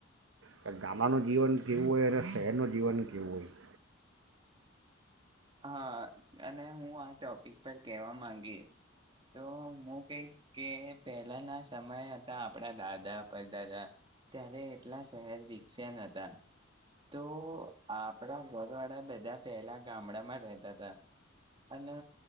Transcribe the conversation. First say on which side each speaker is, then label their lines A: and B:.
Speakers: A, on the right; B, on the right.
A: કે ગામડાનું જીવન કેવું હોય અને શહેરનું જીવન કેવું હોય
B: હા અને હું આ ટોપિક પર કહેવા માંગીશ તો હું કહીશ કે પહેલાના સમય હતા આપણા દાદા પરદાદા ત્યારે એટલા શહેર વિકસે ન હતા તો આપણા ઘર વાળા બધા પહેલા ગામડા મા રહે તાતા અને